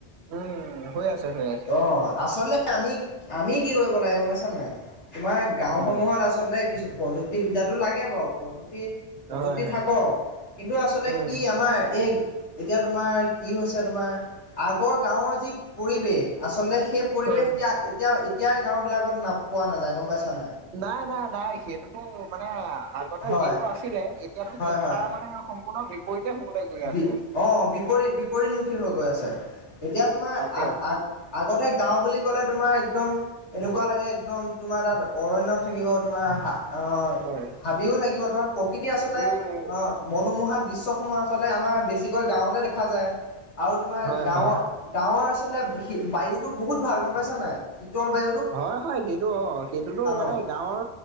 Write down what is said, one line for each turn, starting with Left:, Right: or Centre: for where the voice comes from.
Right: উম, হৈ আছে হৈ আছে।
Left: অ আচলতে আমি, আমি কি কৰিব লাগে পাইছা নাই? তোমাৰ গাঁওসমূহত
Right: উম,
Left: আচলতে কিছু প্ৰযুক্তিবিদ্যাটো লাগে বাৰু প্ৰযুক্তি প্ৰযুক্তি
Right: হয় হয়।
Left: থাক কিন্তু আচলতে
Right: উম,
Left: কি আমাৰ এই এতিয়া তোমাৰ কি হৈছে তোমাৰ আগৰ গাঁৱৰ যি পৰিৱেশ আচলতে সেই পৰিৱেশ
Right: হয়।
Left: এতিয়া-এতিয়া-এতিয়া গাঁও বিলাকত ন পোৱা নাযায় গম পাইছা নাই?
Right: নাই নাই নাই সেইটোতো মানে আগতে
Left: হয়,
Right: যিটো আছিলে এতিয়াতো
Left: হয়,
Right: সেইটো
Left: হয়।
Right: তাৰ মানে সম্পূৰ্ণ বিপৰীতে হ'বলৈ গৈ আছে।
Left: বি অ বিপৰীত বিপৰীতমুখী হৈ গৈ আছে, এতিয়া
Right: উম,
Left: তোমাৰ
Right: তাকে
Left: আ আ আগতে গাওঁ বুলি ক'লে তোমাৰ একদম এনেকুৱা লাগে একদম তোমাৰ তাত অৰণ্য থাকিব, তোমাৰ হা অ
Right: হয়।
Left: হাবিও থাকিব তোমাৰ প্ৰকৃতি আচলতে
Right: উম,
Left: অ মনোমোহা দৃশ্য সমূহ আচলতে আমাৰ বেছিকৈ গাঁওতে দেখা যায় তোমাৰ
Right: হয়
Left: গাঁও
Right: হয়।
Left: গাঁওৰ আচলতে সি বায়ুতো বহুত ভাল গম পাইছা নাই? শিতল বা
Right: হয় হয় সেইটো অ সেইটোতো মানে
Left: অঁ
Right: গাঁৱৰ